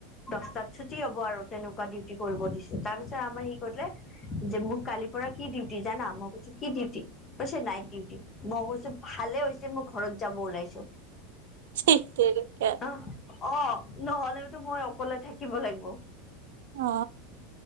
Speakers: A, on the left; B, on the right.
A: দহটাত ছুটি হব আৰু তেনেকুৱা ডিউটি কৰিব দিছো তাৰপিছত আমাৰ ই কৰিলে যে মোক কালিৰ পৰা কি ডিউটি জানা মই কৈছো কি ডিউটি কৈছে নাইট উটি মই কৈছো ভালে হৈছে মই ঘৰত যাব ওলাইছো
B: ঠিক তেনেকে
A: অ অ নহ'লে কিু মই অকলে থাকিব লাগিব
B: অ